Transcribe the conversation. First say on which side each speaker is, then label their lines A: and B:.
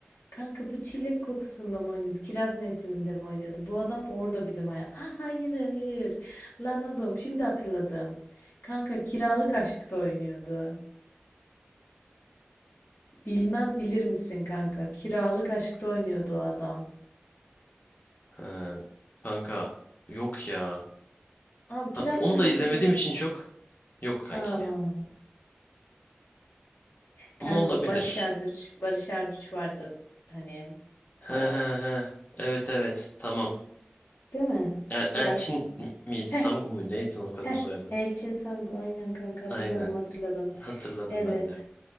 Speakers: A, on the left (about 80°); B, on the left (about 45°).
A: Kanka bu çilek kokusunda mı oynuyordu? Kiraz mevsiminde mi oynuyordu? Bu adam orada bizim hayat. Ha, hayır hayır. Lan oğlum şimdi hatırladım. Kanka kiralık aşkta oynuyordu. Bilmem bilir misin kanka? Kiralık aşkta oynuyordu o adam.
B: Ha, kanka yok ya.
A: Abi kiralık
B: Ha, onu
A: aşkı
B: da izlemediğim
A: izleme.
B: için çok. Yok kanki.
A: Aman. Kanka
B: Ama olabilir.
A: Barış Arduç. Barış Arduç vardı. Hani falan.
B: He he he. Evet evet tamam.
A: Değil mi?
B: El-
A: Biraz.
B: Elçin miydi?
A: Heh
B: Sangu muydu? Neydi o kadın
A: heh.
B: soyadı?
A: Elçin Sangu. Aynen kanka hatırladım
B: Aynen.
A: hatırladım.
B: Hatırladım
A: Evet.
B: ben de.